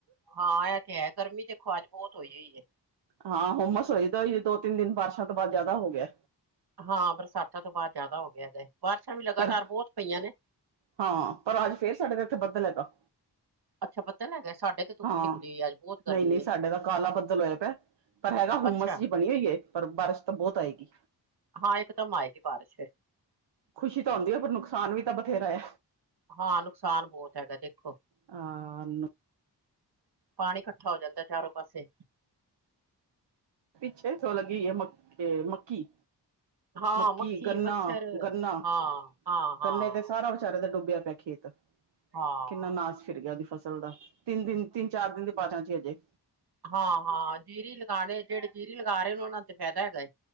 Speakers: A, on the right; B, on the right.
A: ਹਾਂ ਐਤੇ ਹੈ ਗਰਮੀ ਤੇ ਖੁਵਾਜ ਬੋਤ ਹੋਈ ਹੁਈ ੲੈ।
B: ਹਾਂ ਹੁਮਸ ਹੋਈਦਾਈ ਦੋ-ਤਿੰਨ ਦਿਨ ਬਾਰਸ਼ਾਂ ਤੋਂ ਬਾਅਦ ਜਾਦਾ ਹੋ ਗੇਆ।
A: ਹਾਂ ਬਰਸਾਤਾਂ ਤੋਂ ਬਾਅਦ ਜਾਦਾ ਹੋ ਗੇਆ ਦੈ, ਬਾਰਿਸ਼ਾਂ ਵੀ ਲਗਾਤਾਰ
B: ਪਰ
A: ਬੋਤ ਪਈਆ ਨੇ
B: ਹਾਂ, ਪਰ ਅੱਜ ਫੇਰ ਸਾਡੇ ਤੇ ਏਥੇ ਬੱਦਲ ਹੈਗਾ
A: ਅੱਛਾ ਬੱਦਲ ਹੈਗਾ, ਏ? ਸਾਡੇ ਤੇ ਧੁੱਪ
B: ਹਾਂ,
A: ਨਿਕਲੀ ਹੋਈ ਹੈ, ਅੱਜ ਬਹੁਤ ਗਰਮੀ
B: ਨਈ-ਨਈ ਸਾਡੇ
A: ਏ,
B: ਦਾ ਕਾਲਾ ਬੱਦਲ ਹੋਏਆ ਪੈ ਪਰ ਹੈਗਾ ਹੁਮਸ
A: ਅੱਛਾ-ਅੱਛਾ,
B: ਜੀ ਬਣੀ ਹੋਈ ਏ ਪਰ ਬਾਰਸ਼ ਤਾਂ ਬੋਤ ਆਏਗੀ
A: ਹਾਂ ਏਕ ਦਮ ਆਏਗੀ ਬਾਰਸ਼ ਫੇਰ
B: ਖੁਸ਼ੀ ਤਾਂ ਹੁੰਦੀ ੲੈ ਪਰ ਨੁਕਸਾਨ ਵੀ ਤਾਂ ਬਥੇਰੈ
A: ਹਾਂ ਨੁਕਸਾਨ ਬਹੁਤ ਹੈਗਾ ਦੇਖੋ।
B: ਆ ਨੂੰ
A: ਪਾਣੀ ਕਠਾ ਹੋ ਜਾਦਾ ਚਾਰੋ ਪਾਸੇ।
B: ਪਿੱਛੇ ਥੋ ਲਗੀ ਏ ਮ ਮੱਕੀ।
A: ਹਾਂ
B: ਮੱਕੀ,
A: ਮੱਖੀ
B: ਗੰਨਾ,
A: ਮੱਛਰ
B: ਗੰਨਾ,
A: ਹਾਂ ਹਾਂ ਹਾਂ
B: ਗੰਨੇ ਤੇ ਸਾਰਾ ਵਿਚਾਰੇ ਦਾ ਡੁੱਬਿਆ ਪਿਆ ਖੇ। ਤ,
A: ਹਾਂ
B: ਕਿੰਨਾ ਨਾਸ਼ ਫਿਰ ਗਿਆ ਓਦੀ ਫਸਲ ਦਾ ਤਿੰਨ ਦਿਨ ਤਿੰਨ-ਚਾਰ ਦਿਨ ਦੇ ਬਾਚਾ ਚ ਅਜੇ।
A: ਹਾਂ-ਹਾਂ ਜੀਰੀ ਲਗਾਣੇ, ਜੇੜੇ ਜੀਰੀ ਲਗਾ ਰੇ ਨੇ ਓਨਾਂ ਨੂੰ ਤੇ ਫੈਦਾ ਹੈਗਾ ਏ।